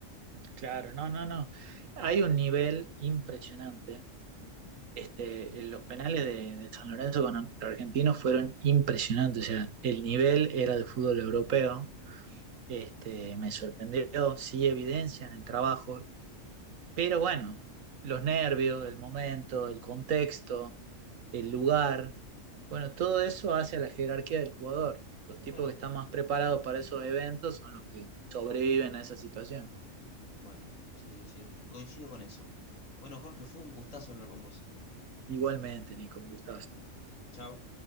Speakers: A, on the right; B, on the left.
A: claro, no, no, no. Hay un nivel impresionante. Este, los penales de, de San Lorenzo con Argentinos fueron impresionantes. O sea, el nivel era de fútbol europeo Este, me sorprendió, sí evidencia en el trabajo, pero bueno, los nervios, el momento, el contexto, el lugar, bueno, todo eso hace a la jerarquía del jugador. Los tipos
B: Bueno,
A: que están más preparados para esos eventos son los que sobreviven a esa situación.
B: bueno, sí, sí, coincido con eso. Bueno, Jorge, fue un gustazo hablar con vos.
A: Igualmente, Nico, un gustazo.
B: Chao.